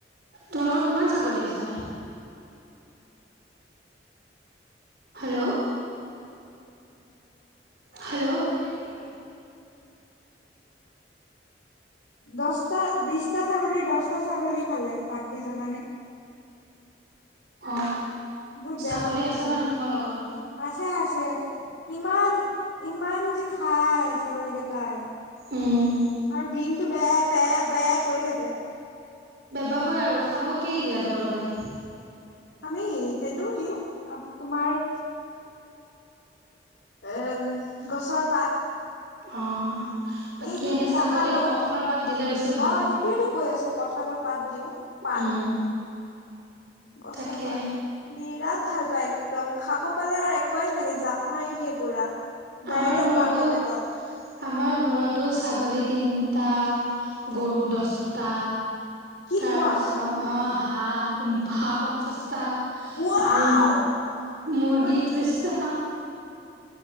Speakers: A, on the right (about 65°); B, on the left (about 85°).
A: তোমালোকৰ কিমান ছাগলী আছে? হেল্ল' হেল্ল' ব,
B: দহটা বিশটা ছাগলীৰ দহটা ছাগলী খালে বাঘে জানানে
A: অ',
B: বহুত বেয়া
A: াগলী
B: কথা
A: আছে
B: হৈছে
A: মানে তোমাৰ লগৰ
B: আছে আছে ইমান ইমান যে খাই ছাগলী কেইটাই
A: উম,
B: আৰু দিন টো বে পে বে কৰি থাকে
A: বেপাবই আৰু খাব কি দিয়া তোমালোকে?
B: আমি সেইটোও দিওঁ তোমাৰ এম গছৰ পাত
A: অ', বাকী
B: এইটো
A: এনে
B: কঠালৰ
A: ছাগলীক কঠলৰ পাত দিলে বেছি ভাল।
B: অ সেইটোয়েতো কৈ আছো কঠালৰ পাত দিও পাত
A: উম,
B: গছৰ
A: তাকে
B: পাত বিৰাট ভাল পায় একদম খাব পালে আৰু একোৱেই নালাগে জাপ মাৰি দিয়ে পুৰা ডাইৰেক্ট
A: আমাৰ ঘৰতো
B: বাঘৰ পেটত
A: আমাৰ ঘৰতো ছাগলীত তিনটা গৰু দছটা
B: কি
A: তাৰপিছত
B: কোৱা
A: অ', হাঁহ হাঁহ পঞ্চাছটা
B: ৱাও
A: আৰু মৰ্গী
B: অ
A: ত্ৰিশতা